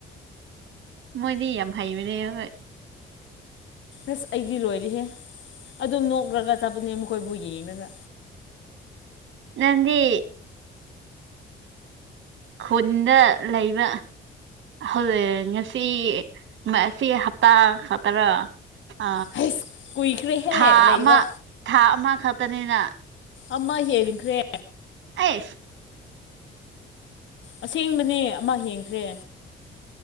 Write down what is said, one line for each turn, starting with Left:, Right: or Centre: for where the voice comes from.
Right: ꯃꯣꯏꯗꯤ ꯌꯥꯝ ꯍꯩꯕꯅꯦ ꯍꯣꯏ
Left: ꯑꯁ ꯑꯩꯗꯤ ꯂꯣꯏꯔꯦꯍꯦ ꯑꯗꯨꯝ ꯅꯣꯛꯈ꯭ꯔꯒ ꯆꯠꯄꯅꯦ ꯃꯈꯣꯏꯕꯨ ꯌꯦꯡꯉꯒ
Right: ꯅꯪꯗꯤ ꯈꯨꯟꯗ ꯂꯩꯕ ꯍꯧꯖꯤꯛ ꯉꯁꯤ ꯑꯁꯤ ꯍꯞꯇꯥ ꯈꯛꯇꯔꯣ ꯑ
Left: ꯍꯩꯁ ꯀꯨꯏꯈ꯭ꯔꯦꯍꯦ
Right: ꯊꯥ
Left: ꯂꯩꯕ
Right: ꯑꯃ ꯊꯥ ꯑꯃ ꯈꯛꯇꯅꯤꯅ
Left: ꯑꯃ ꯍꯦꯟꯈ꯭ꯔꯦ
Right: ꯑꯦꯁ <inaudible>
Left: ꯑꯁꯦꯡꯕꯅꯦ ꯑꯃ ꯍꯦꯡꯈ꯭ꯔꯦ